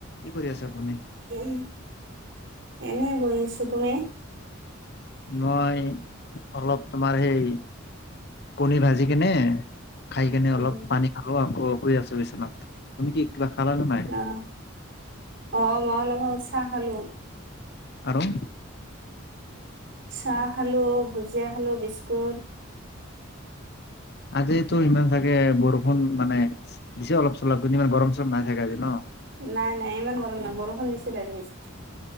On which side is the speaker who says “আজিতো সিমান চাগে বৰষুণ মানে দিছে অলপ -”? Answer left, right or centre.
Left